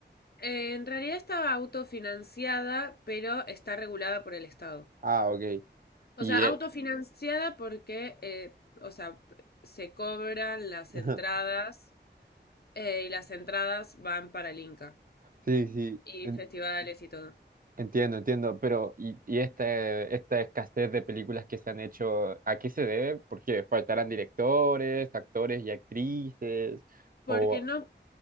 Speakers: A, on the left; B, on the right.
A: Eh, en realidad estaba autofinanciada, pero está regulada por el Estado.
B: Ah, ok.
A: O
B: Y
A: sea,
B: eh,
A: autofinanciada porque, eh, o sea, se cobran las
B: <laughs>
A: entradas eh, y las entradas van para el Inca
B: sí, sí,
A: y
B: en-
A: festivales y todo.
B: entiendo, entiendo. Pero, ¿y, y esta, esta escasez de películas que se han hecho, a qué se debe? Porque faltarán directores, actores y actrices.
A: Porque
B: O,
A: no,